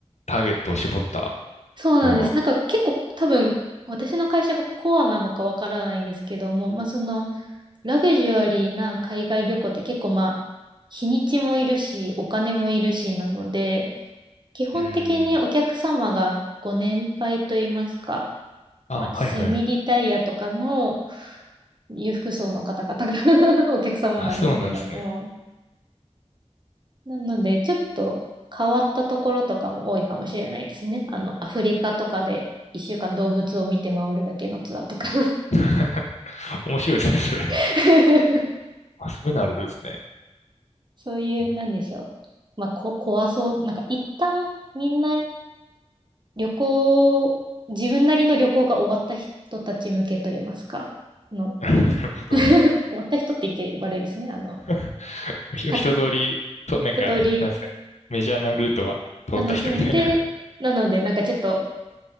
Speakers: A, on the left; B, on the right.
A: ターゲットを絞った
B: そうなんです。
A: のが。
B: なんか結構多分私の会社がコアなのかわからないんですけども、まあそのラグジュアリーな海外旅行って結構まあ日にちもいるしお金もいるしなので、基本的にお客様がご年配といいますか、
A: うん。あ、
B: まあ、
A: はいはい。
B: セミリタイヤとかの裕福層の方々が <laughs> お客様なんですけども。
A: あ、そうなんですね。
B: なので、ちょっと変わったところとかも多いかもしれないですね。あの、アフリカとかで1週間動物を見て回るだけのツアーとか
A: <laughs> 面白いですね、それ。
B: <laughs>
A: あ、そういうのあるんですね。
B: そういう、
A: うん
B: なんでしょう。まあ、こ、怖そう。なんか一旦みんな旅行、自分なりの旅行が終わった人たち向けといいますか、の、
A: なるほど、なるほ
B: 終わった人って言って悪いですね。あの、
A: ど。ひ <laughs> 一通り、
B: さ
A: と、なんか、
B: 一通り
A: なんですかね、メジャーなルートは通った人みたいな。
B: 楽しんで、なので、なんかちょっと、